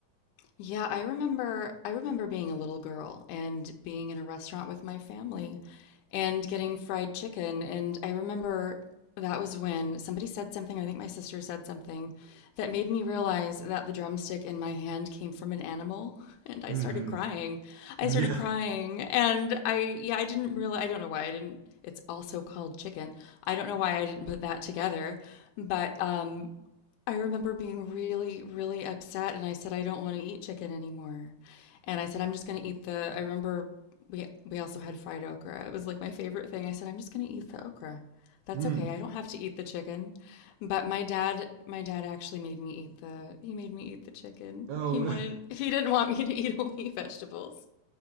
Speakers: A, on the left; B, on the right.
A: Yeah, I remember I remember being a little girl and being in a restaurant with my family and getting fried chicken and I remember that was when somebody said something, I think my sister said something that made me realize that the drumstick in my hand came from an animal <laughs> and I
B: hmm
A: started crying. I
B: <laughs> Yeah.
A: started crying and I yeah, I didn't really I don't know why I didn't it's also called chicken. I don't know why I didn't put that together, but um I remember being really, really upset, and I said, "I don't wanna eat chicken anymore." And I said, "I'm just gonna eat the" I remember we we also had fried okra, it was, like, my favorite thing, I said, "I'm just gonna eat the okra. That's
B: Mm.
A: okay, I don't have to eat the chicken." But my dad my dad actually made me eat the he made me eat the chicken.
B: Oh
A: He
B: no.
A: wanted he didn't want me to eat <laughs> only vegetables.